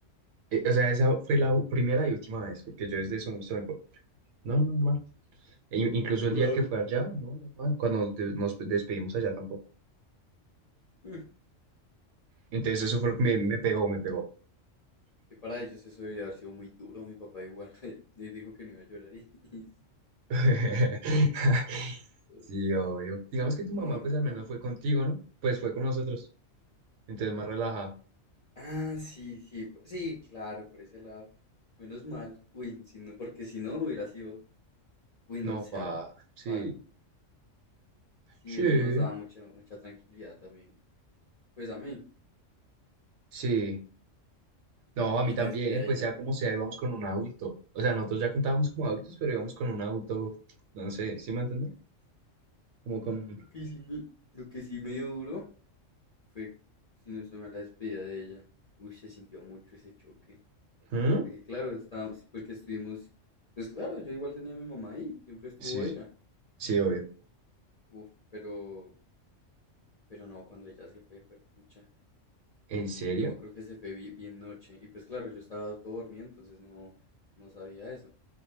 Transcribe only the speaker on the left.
Wow.
<laughs>
Dios.
Que para ellos eso debió haber sido muy duro. Mi papá igual <laughs> le dijo que no iba a llorar y, <laughs> y sí.
Dios.
No, además
también.
Ah, sí, sí, por- sí, claro, por ese lado. Menos mal. Uy, si no, porque si no hubiera sido, uy, no
sé,
algo
raro. Sí,
eso nos daba mucha, mucha tranquilidad también. Pues a mí.
Y la
despedida
de
ella.
Lo que sí me, lo que sí me dio duro fue, si no estoy mal, la despedida de ella. Uy, se sintió mucho ese choque.
Porque claro, estábamos, sí, porque estuvimos, pues claro, yo igual tenía a mi mamá ahí, siempre estuvo
ella.
Uf, pero, pero no, cuando ella se fue, fue pucha.
Yo me acuerdo que se fue bi- bien noche. Y pues claro, yo estaba todo dormido, entonces no, no sabía eso.